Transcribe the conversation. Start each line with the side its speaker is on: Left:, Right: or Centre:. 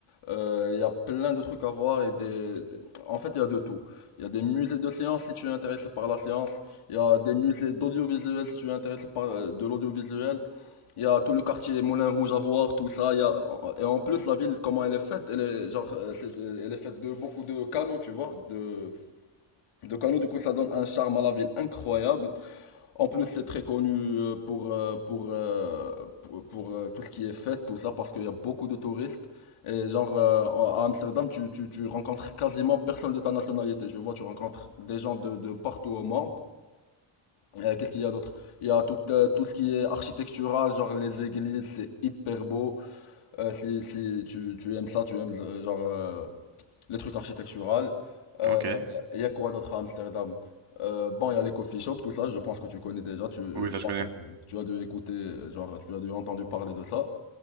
Left: Euh, Il y a plein de trucs à voir et des... En fait, il y a de tout. Il y a des musées de sciences si tu es intéressé par la science. Il y a des musées d'audiovisuel si tu es intéressé par euh, de l'audiovisuel. Il y a tout le quartier Moulin Rouge à voir, tout ça. Il y a... Et en plus, la ville, comment elle est faite? Elle est, genre, euh, c'est- euh, elle est faite de beaucoup de canaux, tu vois. De, de canaux, du coup, ça donne un charme à la ville incroyable. En plus, c'est très connu euh, pour, euh, pour, euh, pour, pour, euh, tout ce qui est fête, tout ça, parce qu'il y a beaucoup de touristes. Et genre, euh, en- à Amsterdam, tu, tu, tu rencontres quasiment personne de ta nationalité. Je vois, tu rencontres des gens de, de partout au monde. Euh, qu'est-ce qu'il y a d'autre? Il y a tout, euh, tout ce qui est architectural, genre les églises, c'est hyper beau. Euh, si si tu, tu aimes ça, tu aimes euh, genre euh, les trucs architecturaux. Euh,
Right: Ok.
Left: Il y a quoi d'autre à Amsterdam? Euh, bon, il y a les coffee shops, tout ça, je pense que tu connais déjà, tu,
Right: Oui,
Left: je
Right: ça je
Left: pense
Right: connais.
Left: que tu as dû écouter, euh, genre, tu as dû entendre parler de ça.